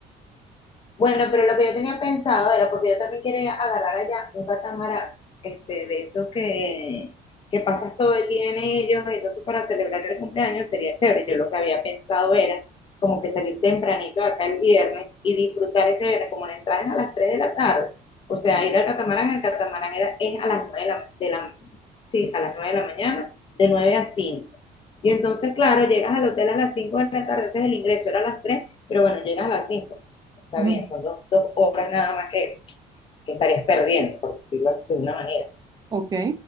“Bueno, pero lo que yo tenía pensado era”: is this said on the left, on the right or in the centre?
Left